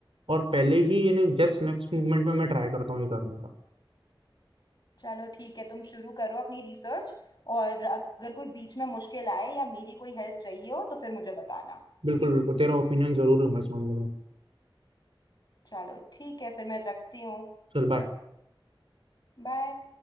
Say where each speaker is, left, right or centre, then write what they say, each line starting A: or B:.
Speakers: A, on the right; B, on the left.
A: और पहले ही यानी जस्ट नेक्स्ट मूवमेंट में मैं ट्राई करता हूँ ये करने का
B: चलो ठीक है तुम शुरू करो अपनी रिसर्च और अगर कोई बीच में मुश्किल आए या मेरी कोई हेल्प चाहिए हो तो फिर मुझे बताना
A: बिल्कुल बिल्कुल तेरा ओपिनियन जरूर लूंगा इस मामले में
B: चलो ठीक है फिर मैं रखती हूँ
A: चल बाय
B: बाय